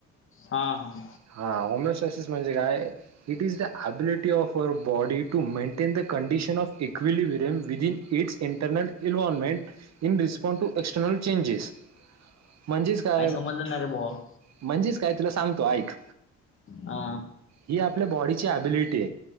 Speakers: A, on the left; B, on the right.
A: हा हा
B: हा होमिोससिस म्हणजे काय it is the ability of your body to maintain the. Condition of equilibrium within its internal environment. In response to external चचेजेस. म्हणजेच काय
A: समजलं ना रे भावा
B: म्हणजेच काय तुला सांगतो ऐक.
A: हा
B: ही आपल्या बॉडीची अबिलटी.